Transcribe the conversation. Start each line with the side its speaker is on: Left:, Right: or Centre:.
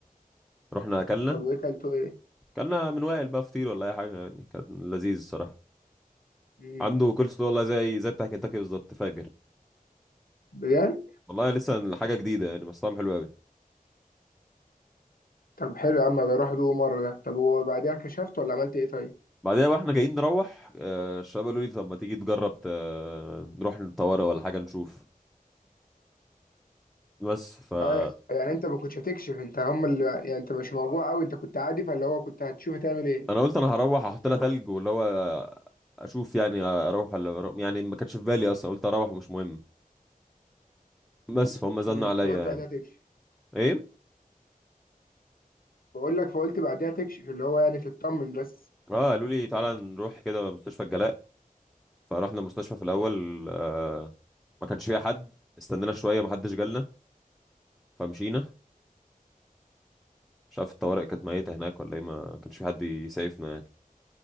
Centre: رحنا اكلنا
Left: طب وايه كلته ايه
Centre: اكلنا من وائل بقى فطير ولا اي حاجه يعني كان لذيذ الصراحه
Left: مم.
Centre: عنده كول سلو والله زي زي بتاع كنتاكي بالظبط فاجر
Left: بجد
Centre: والله لسه حاجه جديده يعني بس طعم حلو قوي
Left: طب حلو يا عم بروح ادوق مره ده طب وبعديها كشفت ولا عملت ايه طيب
Centre: بعدها بقى احنا جايين نروح آه، الشباب قالوا لي طب ما تيجي تجرب ت- نروح الطوارئ ولا حاجه نشوف بس فانا
Left: اه يعني انت ما كنتش هتكشف انت هم اللي يعني انت مش موجوع قوي انت كنت عادي فاللي هو كنت هتشوف هتعمل ايه
Centre: قلت انا هروح احط لها تلج واللي هو اشوف يعني اروح ولا أروح، يعني ما كانتش في بالي اصلا قلت اروح ومش مهم بس فهم زنوا
Left: مم.
Centre: عليا
Left: فقلت بعديها
Centre: يعني
Left: تكشف
Centre: ايه
Left: بقول لك فقلت بعديها تكشف اللي هو يعني تطمن بس
Centre: اه قالوا لي تعالى نروح كده مستشفى الجلاء فرحنا المستشفى في الاول آه ما كانش فيها حد استنينا شويه ما حدش جالنا فمشينا مش عارف الطوارئ كانت ميته هناك ولا ايه ما كانش في حد يسعفنا يعني